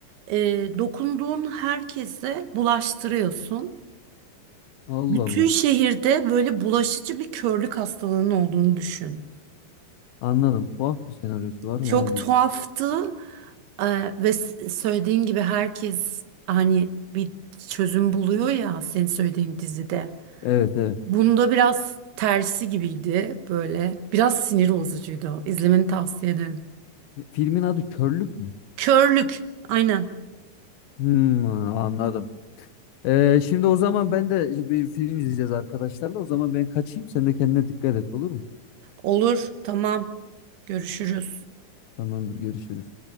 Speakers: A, on the right; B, on the left.
A: e, dokunduğun herkese bulaştırıyorsun.
B: Allah
A: Bütün
B: Allah.
A: şehirde böyle bulaşıcı bir körlük hastalığının olduğunu düşün.
B: Anladım. Tuhaf bir senaryosu var yani.
A: Çok tuhaftı Ee, ve s- söylediğin gibi herkes hani bir çözüm buluyor ya senin söylediğin dizide.
B: Evet evet.
A: Bunda biraz tersi gibiydi böyle. Biraz sinir bozucuydu. İzlemeni tavsiye ederim.
B: Filmin adı Körlük mü?
A: Körlük. Aynen.
B: Hmm, anladım. Ee, şimdi o zaman ben de bir film izleyeceğiz arkadaşlarla. O zaman ben kaçayım. Sen de kendine dikkat et olur mu?
A: Olur. Tamam. Görüşürüz.
B: Tamamdır, görüşürüz.